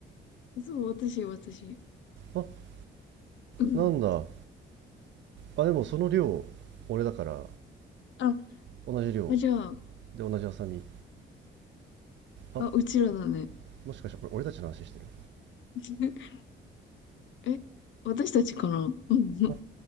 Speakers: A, on the left; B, on the right.
A: そう、私、私。
B: あ
A: うん。
B: なんだあでもその量俺だから
A: あ、
B: 同じ量
A: あじゃあ、
B: で同じハサミ
A: あ、
B: あ
A: うちらだね。
B: もしかしてこれ俺たちの話してる
A: <laughs> え、私たちかなうん。
B: あ